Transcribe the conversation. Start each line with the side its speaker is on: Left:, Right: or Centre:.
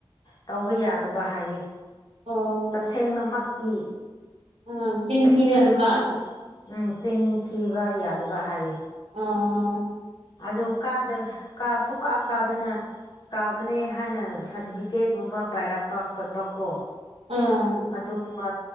Left: ꯇꯧꯕ ꯌꯥꯗꯕ ꯍꯥꯏꯌꯦ
Right: ꯑꯣ
Left: ꯇꯁꯦꯡꯅꯃꯛꯀꯤ
Right: ꯎꯝ ꯆꯤꯟ ꯊꯤꯅꯗꯕ
Left: ꯇꯁꯦꯡꯅꯃꯛꯀꯤ ꯎꯝ ꯆꯤꯟ ꯊꯤꯕ ꯌꯥꯗꯕ ꯍꯥꯏꯌꯦ
Right: ꯑꯥ
Left: ꯑꯗꯨ ꯀꯥꯗ ꯀꯥ ꯁꯨꯡꯀꯥ ꯀꯥꯗꯅ ꯀꯥꯕꯅꯦ ꯍꯥꯏꯅ ꯁꯥꯔꯇꯤꯐꯤꯀꯦꯠꯒꯨꯝꯕ ꯄꯥꯏꯔꯛꯄ ꯈꯣꯠꯄ ꯀꯣ
Right: ꯑꯪ
Left: ꯑꯗꯨꯒꯨꯝꯕ